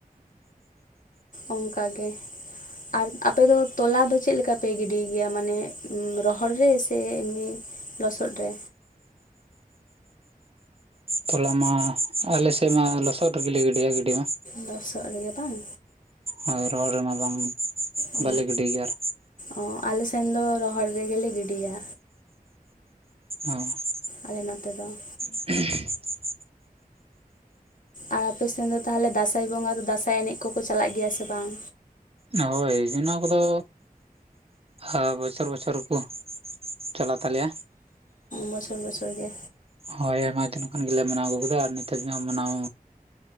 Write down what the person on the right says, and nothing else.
ᱛᱚᱞᱟ ᱢᱟ ᱟᱞᱮᱥᱮᱫ ᱢᱟ ᱞᱚᱥᱚᱫ ᱨᱮᱜᱮ ᱞᱮ ᱜᱤᱰᱤᱭᱟ ᱜᱤᱰᱤ ᱢᱟ᱾
ᱦᱳᱭ ᱨᱚᱦᱚᱲ ᱨᱮᱢᱟ ᱵᱟᱝ
ᱵᱟᱞᱮ ᱜᱤᱰᱤ ᱜᱮᱭᱟ ᱟᱨ
ᱟᱨ
<unintelligible>
ᱦᱳᱭ ᱚᱱᱟ ᱠᱚᱫᱚ ᱟᱨ ᱵᱚᱪᱷᱚᱨ ᱵᱚᱪᱷᱚᱨ ᱠᱚ ᱪᱟᱞᱟᱣ ᱛᱟᱞᱮᱭᱟ᱾
ᱦᱳᱭ ᱟᱭᱢᱟ ᱫᱤᱱ ᱠᱷᱚᱱ ᱜᱮᱞᱮ ᱢᱟᱱᱟᱣ ᱟᱹᱜᱩ ᱠᱮᱫᱟ ᱟᱨ ᱱᱤᱛᱟᱨ ᱫᱤᱱᱦᱚᱸ ᱢᱟᱱᱟᱣ